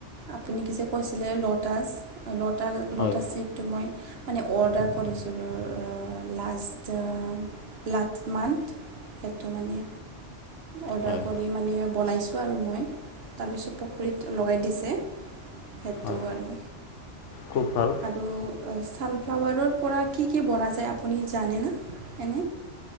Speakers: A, on the right; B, on the left.
A: আপুনি কি যে কৈছিলে ল'তাচ লতা ল'তাচ
B: হয়
A: টো মই মানে অৰ্ডাৰ কৰিছিলোঁ লাষ্ট লাষ্ট মান্থ সেইটো মানে অৰ্ডাৰ
B: হয়
A: কৰি মানে বনাইছোঁ আৰু মই। তাৰপিছত পুখুৰীত লগাই দিছে সেইটো
B: হয়
A: আৰু
B: খুব ভাল।
A: <unintelligible> ছানফ্লাৱাৰৰ পৰা কি কি বনা যায় আপুনি জানে না